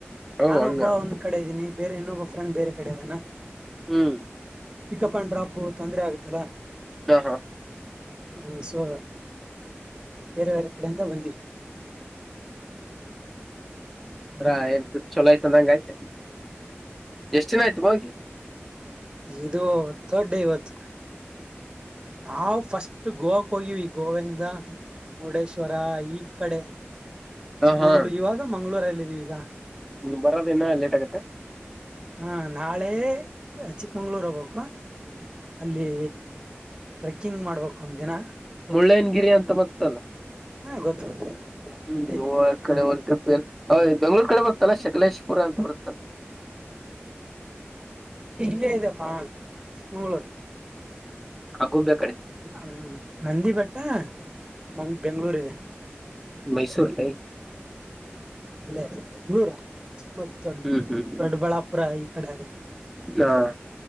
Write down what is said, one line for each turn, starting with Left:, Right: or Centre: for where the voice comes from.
Centre: ಓ
Right: ನಾನೊಬ್ಬ
Centre: ಹಂಗ
Right: ಒಂದ್ ಕಡೆ ಇದ್ದೀನಿ ಬೇರೆ ಇನ್ನೊಬ್ಬ ಫ್ರೆಂಡ್ ಬೇರೆ ಕಡೆದಾನ
Centre: ಹ್ಮ್
Right: ಪಿಕಪ್ ಅಂಡ್ ಡ್ರಾಪ್ ತೊಂದ್ರ ಆಗುತ್ತಲ್ಲ.
Centre: ಹ ಹಾ
Right: ಹ ಸೊ ಬೇರೆ ಬೇರೆ ಕಡೆಯಿಂದ ಬಂದಿವಿ. ಹ್ಮ
Centre: ಅದ್ರಾನ್ ಚಲೋಯ್ತ ಆಯ್ತ ಎಷ್ಟು ದಿನ ಆಯ್ತು ಹೋಗಿ
Right: ಇದು ಥರ್ಡ್ ಡೇ ಇವತ್ತು ನಾವು ಫಸ್ಟ್ ಗೋವಾಕ್ಕೆ ಹೋಗಿವಿ ಗೋವಾ. <unintelligible> ಮುರುಡೇಶ್ವರ ಈ ಕಡೆ
Centre: ಹ
Right: ಚಿಕ್ಕಮಂಗಗಳೂರು
Centre: ಹಾ
Right: ಇವಾಗ ಮಂಗಳೂರ, ೀವಿಗಾ
Centre: ಬರೋದ ಇನ್ನ ಲೇಟ್ ಆಗತ್ತೆ
Right: ಹಾ ನಾಳೆ ಎ ಚಿಕ್ಕಮಂಗ್ಳೂರು ಹೋಗ್ಬೇಕು ಅಲ್ಲಿ ಟ್ರೆಕ್ಕಿಂಗ್ ಮಾಡ್ಬೇಕ ಒಂದ ದಿನ
Centre: ಒಲೈನ್ ಗಿರಿ ಅಂತ ಮತ್ತಲ್ಲ
Right: ಹಾ ಗೊತ್ತು
Centre: ಹ್ಮ್
Right: ಗೊತ್ತು
Centre: ಕಡೆ ಒಂದು ಟ್ರಿಪ್ ಬೆಂಗಳೂ ಕಡೆ ಬತ್ತಲ್ಲ ಶಕಲೇಶ್ಪುರ ಅಂತ ಬರುತ್ತೆ.
Right: ಇ ಇಪ್ಪಾ ಚಿಕ್ಕ ಮಂಗಗಳೂರು
Centre: ಹ ಕುಂಬೆ ಕಡೆ
Right: ಹ ನಂದಿ ಭಟ್ಟ ಮಂಗ ಬೆಂಗ್ಳೂರ್ ಇದೆ
Centre: ಮೈಸೂರ್ಲ್ಲಿ,
Right: ಇಲ್ಲೇ ನೂರ ಮ ದೊಡ್
Centre: ಹ್ಮ್ ಹ್ಮ್
Right: ದೊಡ್ಡಬಳ್ಳಾಪುರ ಈ ಕಡೆ ಆಗುತ್ತೆ
Centre: ಹಾ